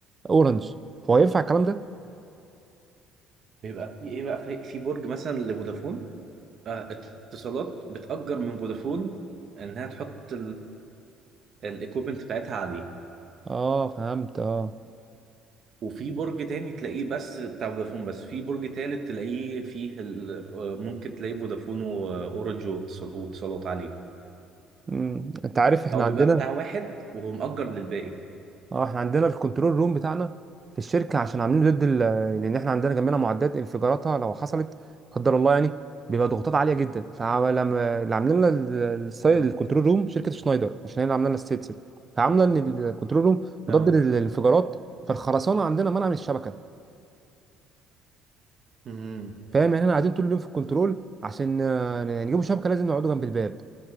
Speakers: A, on the right (about 25°); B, on the right (about 50°).
A: اورنج هو ينفع الكلام ده
B: بيبقى في ايه بقى في في برج مثلا لفودافون آه اتصالات بتأجر من فودافون انها تحط الايكوبمنت بتاعتها عليه
A: اه فهمت اه
B: وفي برج تاني تلاقيه بس بتاع فودافون بس في برج تالت تلاقيه فيه ال- آه، ممكن تلاقيه فودافون واورنج واتصال- واتصالات عليه
A: مم. انت عارف احنا
B: او
A: عندنا
B: بيبقى بتاع واحد وهو مأجر للباقي
A: اه احنا عندنا الكنترول روم بتاعنا في الشركه عشان عاملينه ضد ال- لان احنا عندنا جنبنا معدات انفجاراتها لو حصلت قدر الله يعني بيبقى ضغوطات عاليه جدا فلما اللي عاملين لنا ال- الساي-
B: يا
A: الكنترول روم شركه شنايدر عشان هي اللي عامله لنا الستيتس فعامله ان الكنترول روم مضاد
B: اه
A: للانفجارات فالخرسانه عندنا منع من الشبكه
B: امم
A: فاهم يعني احنا قاعدين طول اليوم في الكنترول عشان آه، نجيبوا شبكه لازم نقعدوا جنب الباب